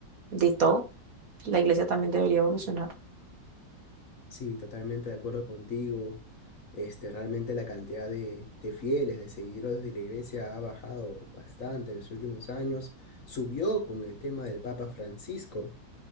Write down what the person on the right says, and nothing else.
de todo. La iglesia también debería evolucionar.